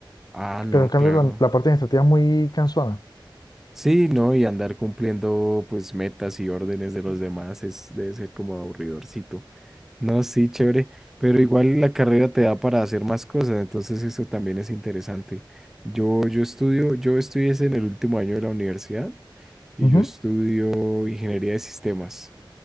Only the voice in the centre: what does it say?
Ah, no,
claro.
Sí, ¿no? Y andar cumpliendo pues metas y órdenes de los demás es, debe ser como aburridorcito. No, sí, chévere, pero igual la carrera te da para hacer más cosas, entonces eso también es interesante. Yo, yo estudio, yo estudié es en el último año de la universidad y
yo estudio ingeniería de sistemas,